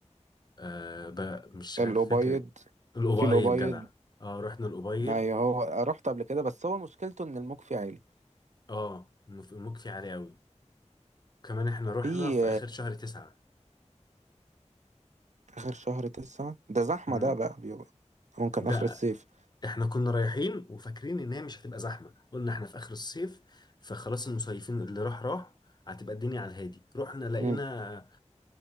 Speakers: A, on the left; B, on the right.
A: آه بقى مش
B: الابيض
A: عارف فاكر الأبيض
B: في الابيض
A: جدع اه رحنا الأبيض
B: ايوه هو رحت قبل كده بس هو مشكلته ان الموج فيه عالي
A: اه المك المك فيه عالي أوي كمان احنا رحنا
B: في
A: في آخر شهر تسعة
B: آخر شهر تسعة ده زحمة
A: مم.
B: ده بقى بيبقى ممكن
A: ده
B: آخر الصيف
A: احنا كنا رايحين وفاكرين ان هي مش هتبقى زحمه قلنا احنا في اخر الصيف فخلاص المصيفين اللي راح راح هتبقى الدنيا على الهادي رحنا لقينا
B: مم.